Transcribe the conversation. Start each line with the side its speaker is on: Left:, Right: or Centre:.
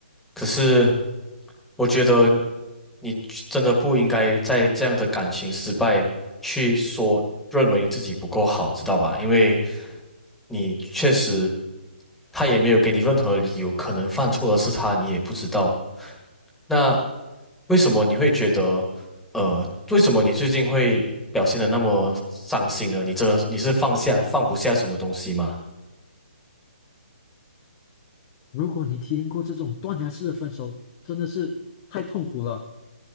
Centre: 可是。我觉得你真的不应该在这样的感情失败去说认为你自己不够好，知道吧？因为你确实他也没有给你任何理由，可能犯错的是他，你也不知道。那为什么你会觉得，呃，为什么你最近会表现的那么伤心呢？你真的你是放下放不下什么东西吗？
Left: 如果你体验过这种断崖式的分手，真的是太痛苦了。